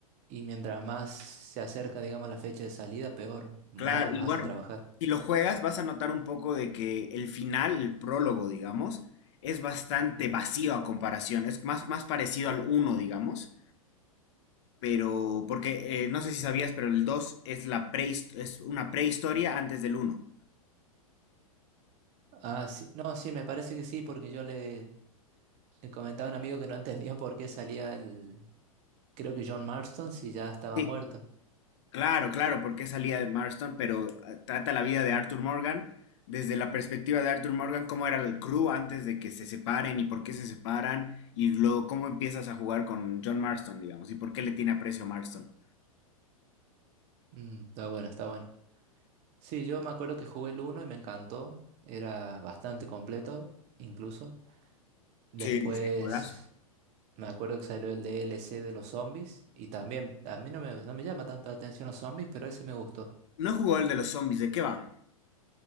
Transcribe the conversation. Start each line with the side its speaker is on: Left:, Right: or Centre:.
Right: Y mientras más se acerca, digamos, la fecha de salida, peor, más
Left: Claro, y
Right: los hacen
Left: bueno,
Right: trabajar.
Left: si lo juegas vas a notar un poco de que el final, el prólogo, digamos, es bastante vacío a comparación, es más, más parecido al uno digamos Pero, porque eh, no sé si sabías, pero el 2 es, la prehis- es una prehistoria antes del uno
Right: Ah, sí, no, sí, me parece que sí, porque yo le, le comentaba a un amigo que no <laughs> entendía por qué salía el, creo que John Marston si ya estaba
Left: Sí,
Right: muerto.
Left: claro, claro, porque salía de Marston, pero eh, trata la vida de Arthur Morgan desde la perspectiva de Arthur Morgan, cómo era el crew antes de que se separen y por qué se separan, y luego cómo empiezas a jugar con John Marston, digamos, y por qué le tiene aprecio a Marston.
Right: Mm, está bueno, está bueno. Sí, yo me acuerdo que jugué el uno y me encantó, era bastante completo, incluso. Después
Left: Sí, sí. Juegazo.
Right: me acuerdo que salió el DLC de los zombies y también, a mí no me, no me llama tanto la atención los zombies, pero ese me gustó.
Left: No jugó el de los zombies, ¿de qué va?